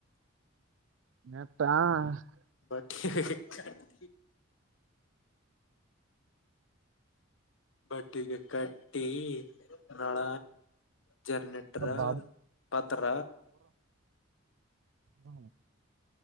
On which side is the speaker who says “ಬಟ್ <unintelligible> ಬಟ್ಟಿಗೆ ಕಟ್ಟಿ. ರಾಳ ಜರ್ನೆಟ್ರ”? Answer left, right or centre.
Left